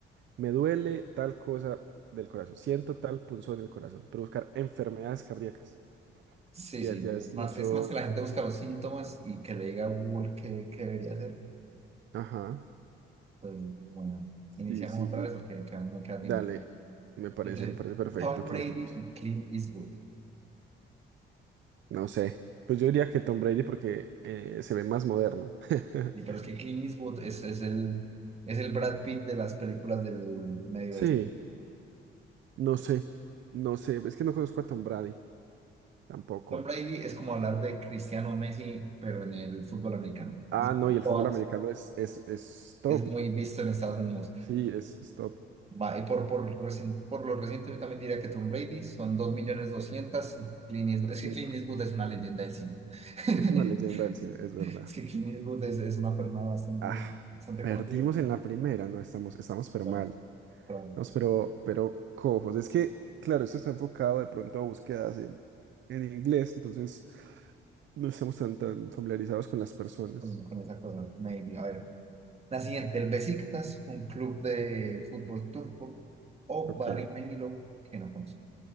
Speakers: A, on the right; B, on the right.
A: me duele tal cosa del corazón, siento tal punzón en el corazón, pero buscar enfermedades cardíacas.
B: Sí,
A: Ya,
B: sí,
A: ya
B: sí,
A: es
B: es
A: mucho.
B: más, es más que la gente busca los síntomas y que le diga a Google qué, qué debería hacer.
A: Ajá.
B: Pues bueno, iniciamos
A: Sí, sí.
B: otra vez o que, que aún no queda
A: Dale.
B: tiempo.
A: Me parece,
B: Entre
A: me parece perfecto
B: Tom
A: que
B: Brady
A: iniciemos.
B: y Clint Eastwood.
A: No sé. Pues yo diría que Tom Brady porque eh, se ve más moderno. <laughs>
B: Y pero es que Clint Eastwood es, es el, es el Brad Pitt de las películas del medio
A: Sí,
B: oeste.
A: no sé. No sé. Es que no conozco a Tom Brady tampoco.
B: Tom Brady es como hablar de Cristiano Messi, pero en el fútbol americano.
A: Ah,
B: Es, decir,
A: no,
B: T
A: y el
B: O
A: fútbol
B: A
A: americano
B: T,
A: es, es, es top.
B: es muy visto en Estados Unidos.
A: Sí, es, es top.
B: Va, y por, por, recien- por lo reciente, yo también diría que Tom Brady son 2.200.000. Clint Eastwood- es que
A: Mm,
B: Clint Eastwood es una leyenda del cine. <laughs>
A: Es una leyenda del cine, es verdad.
B: Es que Clint Eastwood es, es una persona bastante,
A: Ah,
B: bastante
A: perdimos
B: conocida.
A: en la primera, no, estamos, estamos pero
B: Vale,
A: mal.
B: pero
A: Estamos pero, pero cojos. Es que, claro, esto está enfocado de pronto a búsquedas en, en inglés, entonces no estamos tan, tan familiarizados con las personas.
B: con, con esa cosa, maybe. A ver, la siguiente, el Besiktas, un club de fútbol turco, o
A: Ok,
B: Barry Manilow, que no conozco.